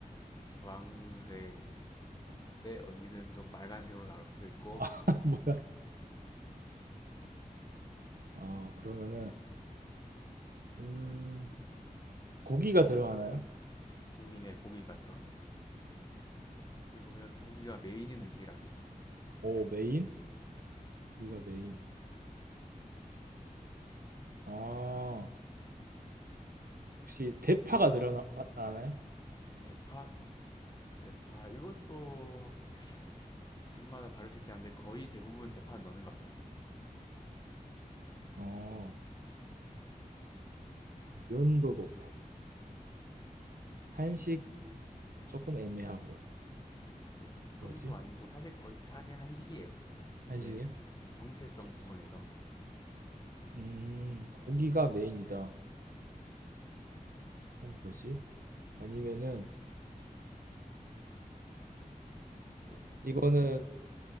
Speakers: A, on the left (about 25°); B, on the right (about 85°).
A: 주황색인데 어디는 좀 빨간색으로 나올 수도 있고
B: <laughs> 뭐야? 어, 그러면은 음, 고기가 들어가나요?
A: 고기네 고기가 들어갑니다. 어찌 보면 고기가 메인인 음식이라 할 수 있죠.
B: 오, 메인? 고기가 메인. 아, 혹시 대파가 들어가나요?
A: 대파, 대파 이것도 집집마다 다를 수 있긴 한데 거의 대부분 대파 넣는 것 같아요.
B: 어, 면도 넣고. 한식 조금 애매하고.
A: 네, 조금도
B: 뭐지?
A: 아니고 사실 거의 다 그냥 한식이에요.
B: 한식이요?
A: 근데 정체성 부분에서
B: 음, 고기가 메인이다. 어, 뭐지? 아니면은
A: 이렇게
B: 이거는